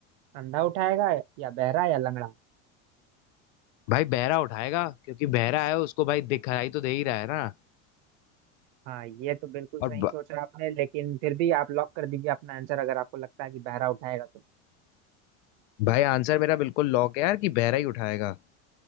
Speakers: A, on the right; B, on the left.
A: अंधा उठाएगा या बहरा या लंगड़ा
B: भाई बहरा उठाएगा क्योंकि बहरा है उसको भाई दिखाई तो दे ही रहा है ना
A: हाँ ये तो बिल्कुल सही
B: और ब...
A: सोचा आपने लेकिन फिर भी आप लॉक कर दीजिए अपना आंसर अगर आपको लगता है कि बहरा उठाएगा तो
B: भाई आंसर मेरा बिल्कुल लॉक है यार कि बहरा ही उठाएगा